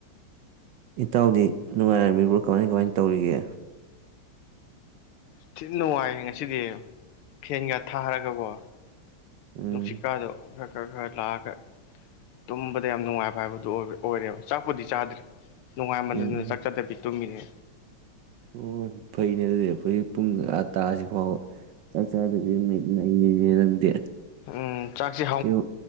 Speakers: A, on the right; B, on the left.
A: ꯏꯇꯥꯎꯗꯤ ꯅꯨꯡꯉꯥꯏꯔꯝꯃꯤꯕꯨ ꯀꯃꯥꯏ ꯀꯃꯥꯏ ꯇꯧꯔꯤꯒꯦ
B: ꯊꯤꯟ ꯅꯨꯡꯉꯥꯏ ꯉꯁꯤꯗꯤ ꯐꯦꯟꯒ ꯊꯥꯔꯒꯊꯣ
A: ꯎꯝ
B: ꯅꯨꯡꯁꯤꯠꯀꯥꯗꯣ ꯈ ꯈꯔ ꯈꯔ ꯂꯥꯛꯑꯒ ꯇꯨꯝꯕꯗ ꯌꯥꯝ ꯅꯨꯡꯉꯥꯏꯕ ꯍꯥꯏꯕꯗꯨ ꯑꯣꯏꯔꯦꯕ ꯆꯥꯛꯄꯨꯗꯤ ꯆꯥꯗ꯭ꯔꯤ ꯅꯨꯡꯉꯥꯏꯃꯟꯗꯅ
A: ꯎꯝ
B: ꯆꯥꯛ ꯆꯗꯕꯤ ꯇꯨꯝꯃꯤꯅꯦ
A: ꯑꯣ ꯐꯩꯅꯦ ꯑꯗꯨꯗꯤ ꯑꯈꯣꯏ ꯄꯨꯡ ꯀꯇꯥꯁꯤ ꯐꯥꯎꯕ ꯆꯥꯛ ꯆꯗꯕꯤꯗ ꯅꯩꯗꯤ ꯅꯩꯕꯅꯦ ꯅꯪꯗꯤ
B: ꯎꯝ ꯆꯥꯛ ꯁꯤ
A: ꯀꯩꯅꯣ